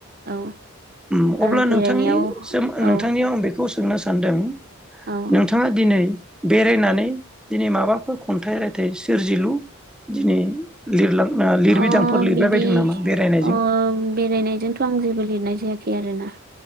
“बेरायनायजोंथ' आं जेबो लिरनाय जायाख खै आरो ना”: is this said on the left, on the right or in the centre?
Right